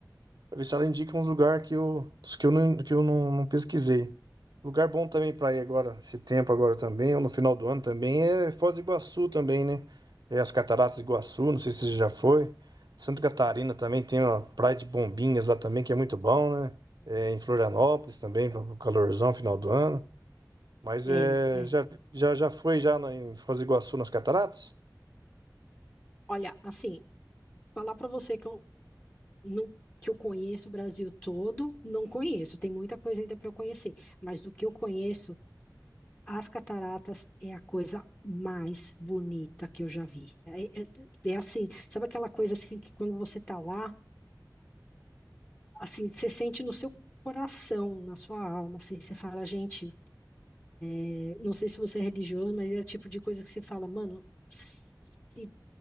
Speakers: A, on the right; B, on the left.
A: Pra ver se ela indica uns lugar que eu, dos que eu não, que eu não, não pesquisei. Lugar bom também pra ir agora, esse tempo agora também, ou no final do ano também, é Foz do Iguaçu também, né? É as Cataratas do Iguaçu, não sei se você já foi. Santa Catarina também tem uma praia de Bombinhas lá também, que é muito bom, né? É, em Florianópolis também, para o calorzão, final do ano. Mas
B: É,
A: é,
B: é.
A: já, já, já foi já na- em Foz do Iguaçu nas Cataratas?
B: Olha, assim, falar para você que eu não que eu conheço o Brasil todo, não conheço, tem muita coisa ainda para eu conhecer, mas do que eu conheço As cataratas é a coisa mais bonita que eu já vi. É, é- é assim, sabe aquela coisa assim que quando você tá lá, assim, você sente no seu coração, na sua alma, assim, você fala, gente, é, não sei se você é religioso, mas é o tipo de coisa que você fala, mano, se,